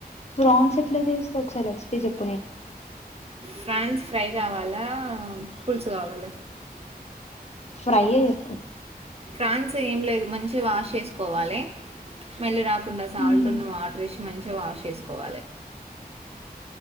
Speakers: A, on the left (about 45°); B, on the right (about 40°).
A: ప్రాన్స్ ఎట్లా చేస్తవ్ ఒకసారి రెసిపీ చెప్
B: ప్రాన్స్ ఫ్రై కావాలా పులుసు కావాల
A: ఫ్రై ఏ చెప్పు
B: ఫాన్స్ ఏం లేదు మంచిగ వాష్ చేసుకోవాలే స్మెల్ రాకుండ <unintelligible>
A: మ్
B: వాటర్ వేసి మంచిగా వాష్ చేసుకోవాలి